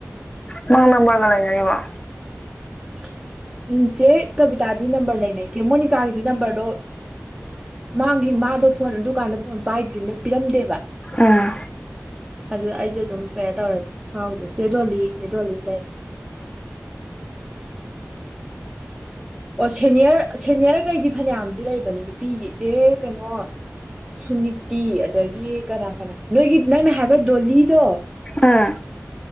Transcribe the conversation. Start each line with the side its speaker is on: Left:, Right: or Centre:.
Left: ꯅꯪ ꯅꯝꯕꯔꯒ ꯂꯩꯅꯔꯤꯕ
Right: <inaudible> ꯎꯝ ꯆꯦ ꯀꯕꯤꯇꯥꯗꯤ ꯅꯝꯕꯔ ꯂꯩꯅꯁꯦ ꯃꯣꯅꯤꯀꯥꯒꯤꯗꯤ ꯅꯝꯕꯔꯗꯣ ꯃꯥꯒꯤ ꯃꯥꯗꯣ ꯐꯣꯟ ꯑꯗꯨꯀꯥꯟꯗ ꯐꯣꯟ ꯄꯥꯏꯗ꯭ꯔꯤꯅ ꯄꯤꯔꯝꯗꯦꯕ
Left: ꯎꯝ
Right: ꯑꯗꯨ ꯑꯩ ꯀꯦ ꯑꯗꯨꯝ ꯀꯩꯅꯣ ꯇꯧꯔꯦ ꯐꯥꯎꯗ꯭ꯔꯦ ꯆꯦ ꯗꯣꯂꯤ ꯆꯦ꫰ꯗꯣꯂꯤ ꯂꯩ ꯑꯣ ꯁꯦꯅꯤꯌꯔ ꯁꯦꯅꯤꯌꯔꯒꯩꯗꯤ ꯐꯅꯌꯥꯝꯗꯤ ꯂꯩꯕꯅꯤ ꯅꯨꯄꯤꯒꯤ ꯏꯆꯦ ꯀꯩꯅꯣ ꯁꯨꯅꯤꯇꯤ ꯑꯗꯒꯤ ꯀꯅꯥ ꯀꯅꯥ ꯅꯣꯏꯒꯤ ꯅꯪꯅ ꯍꯥꯏꯕ ꯗꯣꯂꯤꯗꯣ
Left: ꯎꯝ